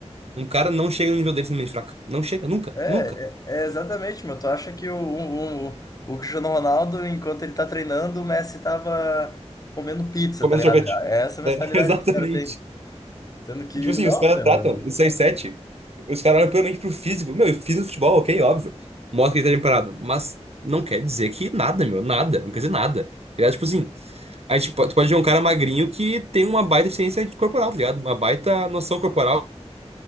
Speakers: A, on the right; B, on the left.
A: Um cara não chega no nível dele sendo mente fraca. Não chega, nunca,
B: É,
A: nunca.
B: é, é exatamente, meu. Tu acha que o, o, o, o Cristiano Ronaldo, enquanto ele tá treinando, o Messi tava comendo pizza,
A: Comendo
B: tá ligado?
A: sorvete.
B: É essa mentalidade
A: É, <laughs> exatamente.
B: que os caras têm. Sendo que
A: E, tipo assim,
B: não,
A: os caras
B: meu.
A: tratam os seis sete os caras olham puramente pro físico. Meu, eu fiz o futebol, ok, óbvio. Mostra que ele tá bem parado. Mas não quer dizer que nada, meu, nada. Não quer dizer nada. Tá ligado? Tipo assim, a gente pode, tu pode ver um cara magrinho que tem uma baita eficiência corporal, tá ligado? Uma baita noção corporal